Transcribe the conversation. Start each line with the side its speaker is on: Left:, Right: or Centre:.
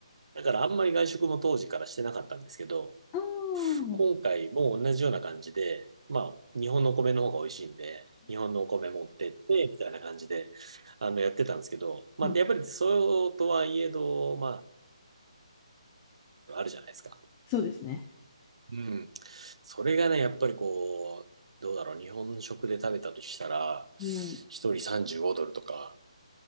Right: だからあんまり外食も当時からしてなかったんですけど、
Left: ああ、
Right: 今回も同じような感じで、まあ日本のお米の方が美味しいんで、日本のお米持ってって、みたいな感じで、あの、やってたんですけど、まあやっぱりそうとはいえど、
Left: うん、
Right: まあ、あるじゃないですか。
Left: そうですね。
Right: うん。それがね、やっぱりこう、どうだろう、日本食で食べたとしたら、一人35ドルとか、
Left: うん。